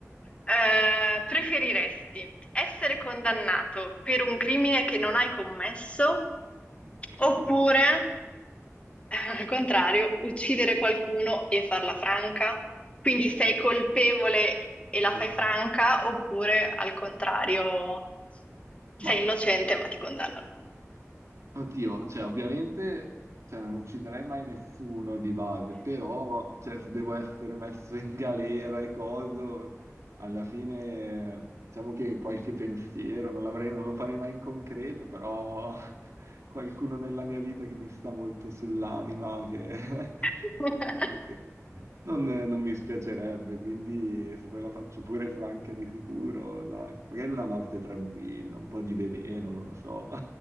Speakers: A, on the left; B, on the right.
A: Eh, preferiresti essere condannato per un crimine che non hai commesso
B: Ok.
A: oppure, eh, al contrario, uccidere qualcuno e farla franca? Quindi sei colpevole e la
B: Mm,
A: fai franca oppure, al contrario, sei
B: Ma,
A: innocente ma ti condannano?
B: oddio, cioè ovviamente cioè, non ucciderei mai nessuno di base, però cioè, se devo essere messo in galera e coso, alla fine diciamo che qualche pensiero, non l'avrei- non lo farei mai in concreto, però <laughs> qualcuno nella mia vita che mi sta molto sull'anima, che <laughs>
A: <laughs>
B: che non, non mi spiacerebbe, quindi se poi la faccio pure franca di sicuro, dai, magari una morte tranquilla, un po' di veleno, non lo so. <laughs>